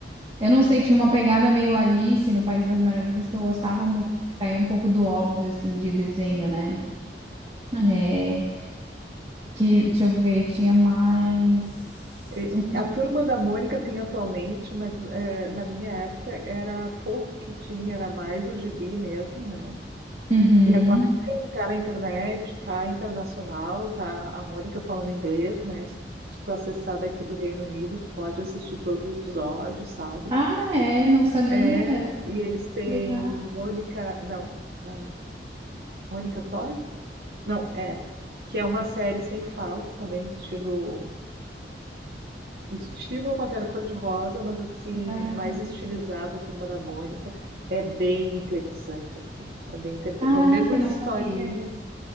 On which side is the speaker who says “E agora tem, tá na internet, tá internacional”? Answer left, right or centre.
Right